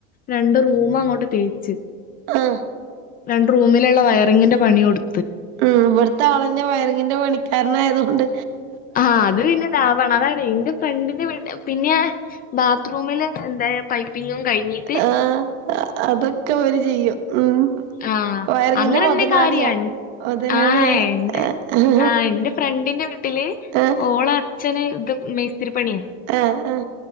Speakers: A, on the left; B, on the right.
A: രണ്ട് റൂം അങ്ങോട്ട് തേച്ച്
B: ആഹ്
A: രണ്ട് റൂമിലുള്ള വയറിംഗിന്റെ പണി കൊടു
B: ഉം ഇവിടത്തെ ആളന്ന വയറിങ്ങിന്റെ പണിക്കാരൻ ആയതുകൊണ്ട്
A: ആഹ് അത് പിന്നെ ദാവാണ് അതാണ് എന്റെ ഫ്രണ്ടിന്റെ വീട്ട് പിന്നെ ബ ബാത്റൂമിൽ എന്തായ പൈപ്പിങ്ങും കഴിഞ്ഞ്
B: ആ അതൊക്കെ ഓര് ചെയ്യും ഉം
A: ആഹ്
B: വയറിങ്ങിന്റെ
A: അങ്ങനെ
B: മുതലാളിയാ
A: എന്തെ കാര്യാ
B: മുതലാളിയാ
A: ആഹ് ഉണ്ട്
B: ആഹ്
A: ആ എന്റെ ഫ്രണ്ടിന്റെ വീട്ടില്
B: ആഹ്
A: അച്ഛനെ ഇത് മേസ്രിപ്പണിയാ
B: ആഹ് ആ